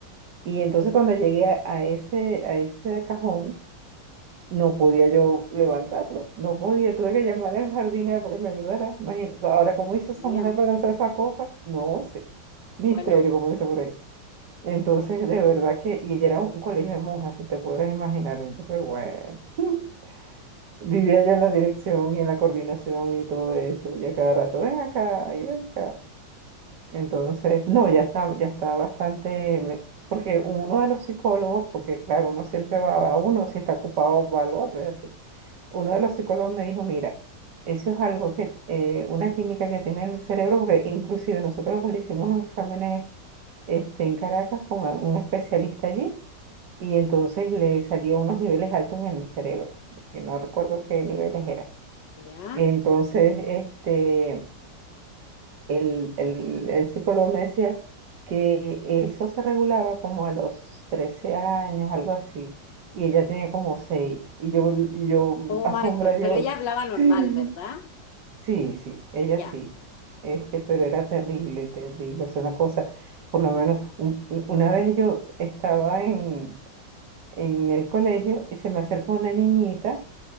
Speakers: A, on the right; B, on the left.
A: Y entonces cuando llegué a, a ese, a ese cajón, no podía yo levantarlo, no podía, tuve que llamar al jardinero para que me ayudara. Imagínate, ahora, ¿cómo
B: Dios
A: hizo
B: mío.
A: esa mujer para lanzar esa cosa? No sé, misterio,
B: Bueno,
A: como dice por ahí. Entonces, de verdad que, y era un colegio de monjas, se te puedes imaginar, entonces, bueno, <laughs> vivía yo en la dirección y en la coordinación y todo eso, y a cada rato, ven acá, y ven acá. Entonces, no, ya está, ya está bastante, me- porque uno de los psicólogos, porque claro, uno siempre va a uno, si está ocupado va al otro, y así uno de los psicólogos me dijo, mira, eso es algo que, eh, una química que tiene en el cerebro, porque inclusive nosotros le hicimos unos exámenes este, en Caracas con a- un especialista allí y entonces le salía unos niveles altos en el cerebro, de que no recuerdo qué niveles eran.
B: ya.
A: Entonces, este, el, el, el psicólogo me decía que eso se regulaba como a los 13 años, algo así, y ella tenía como 6 y yo, y yo
B: Oh
A: asombra,
B: my God,
A: yo...
B: pero ella hablaba normal,
A: <laughs>
B: ¿verdad?
A: Sí, sí, ella
B: Ya,
A: sí. Este, pero era terrible, terrible. Es una cosa, por lo menos, un- un- una vez yo estaba en, en el colegio y se me acercó una niñita